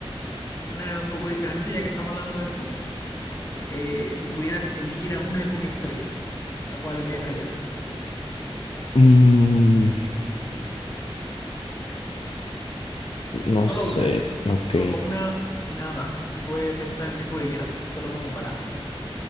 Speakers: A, on the left (about 30°); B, on the left (about 65°).
A: Una un poco diferente, ya que estamos hablando de esto. Eh, si pudieras elegir a una época histórica, ¿a cuál viajarías?
B: Mm, No
A: Solo
B: sé,
A: una,
B: ok,
A: solo una y nada más. Y puedes estar el tiempo que quieras, es solo como para,